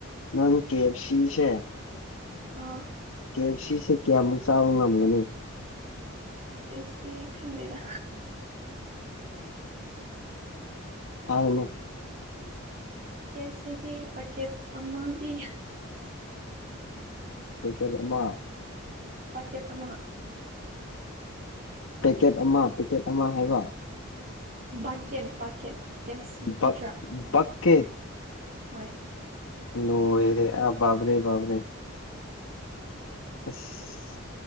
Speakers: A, on the left; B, on the right.
A: ꯅꯪ ꯀꯦ ꯑꯦꯞ ꯁꯤꯁꯦ
B: ꯑꯥ
A: ꯀꯦ ꯑꯦꯐ ꯁꯤꯁꯦ ꯀꯌꯥꯃꯨꯛ ꯆꯥꯕ ꯉꯝꯒꯅꯤ
B: ꯀꯦ ꯑꯦꯞ ꯁꯤ ꯈꯪꯗꯦꯗ
A: ꯍꯥꯢꯔꯅꯨ
B: ꯀꯦ ꯑꯦꯞ ꯁꯤꯗꯤ ꯄꯀꯦꯠ ꯑꯃꯗꯤ
A: ꯄꯀꯦꯠ ꯑꯃ
B: ꯄꯀꯦꯠ ꯑꯃ
A: ꯄꯀꯦꯠ ꯑꯃ ꯄꯦꯀꯦꯠ ꯑꯃ ꯍꯥꯢꯕ
B: ꯕꯛꯀꯦꯠ ꯕꯛꯀꯦꯠ ꯀꯦ ꯑꯦꯞ ꯁꯤ
A: ꯕꯛ
B: ꯅꯠꯇ꯭ꯔꯥ
A: ꯕꯛꯀꯦꯠ
B: ꯍꯣꯏ
A: ꯂꯣꯢꯔꯦ ꯑ ꯕꯥꯕꯔꯦ ꯕꯥꯕꯔꯦ ꯑꯁ